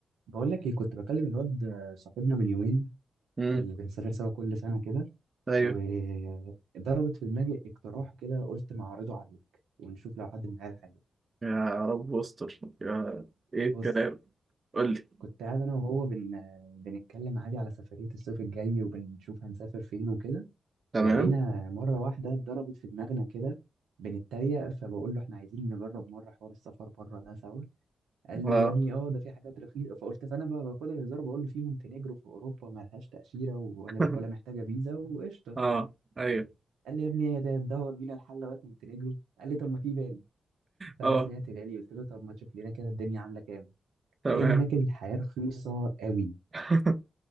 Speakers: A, on the right; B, on the right.
A: بقول لك ايه كنت بكلم الواد صاحبنا من يومين
B: امم
A: اللي بنسافر سوا كل سنة كده
B: ايوه
A: وضربت في دماغي اقتراح كده قلت ما اعرضه عليك ونشوف لو حد من العيال حاجة
B: يا رب استر يا ايه
A: بص
B: الكلام قول لي
A: كنت قاعد انا وهو بن... بنتكلم عادي على سفرية الصيف الجاي وبنشوف هنسافر فين وكده
B: تمام
A: لقينا مرة واحدة ضربت في دماغنا كده بنتريق فبقول له احنا عايزين نجرب مرة حوار السفر بره ده سوا قال
B: اه
A: لي يا ابني اه ده في حاجات رخيصه فقلت فانا بقى باخدها بهزار بقول له في مونتينيجرو في اوروبا ما لهاش تاشيره ولا
B: <laughs>
A: ولا محتاجه فيزا وقشطه
B: اه ايوه
A: قال لي يا ابني ايه ده تدور بينا الحل لغايه مونتينيجرو قال لي طب ما في بالي فانا
B: اه
A: سمعت بالي قلت له طب ما تشوف لنا كده الدنيا عامله كام
B: تمام
A: لقينا هناك الحياه رخيصه قوي
B: <laughs>